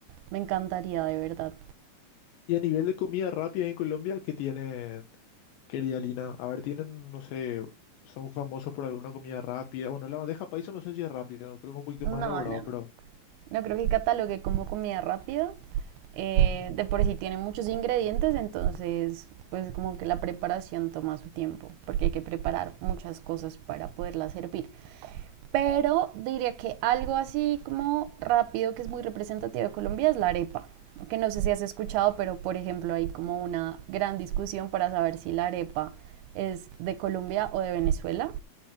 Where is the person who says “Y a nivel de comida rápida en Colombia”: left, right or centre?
Left